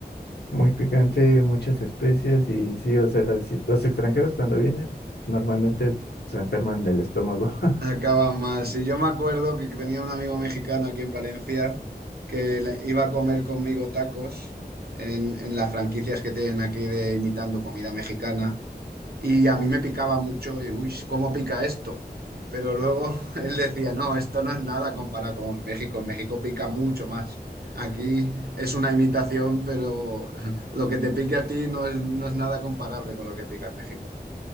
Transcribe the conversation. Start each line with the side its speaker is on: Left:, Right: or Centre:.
Left: Muy picante, muchas especias. Y sí, o sea, sí, los extranjeros cuando vienen normalmente se enferman del estómago. <laughs>
Right: Acaban mal. Sí, yo me acuerdo que tenía un amigo mexicano aquí en Valencia que le- iba a comer conmigo tacos en, en las franquicias que tienen aquí de imitando comida mexicana y a mí me picaba mucho y, uy, ¿cómo pica esto? Pero luego <laughs> él decía, no, esto no es nada comparado con en México. En México pica mucho más. Aquí es una imitación, pero <laughs> lo que te pique a ti no es, no es nada comparable con lo que pica en México.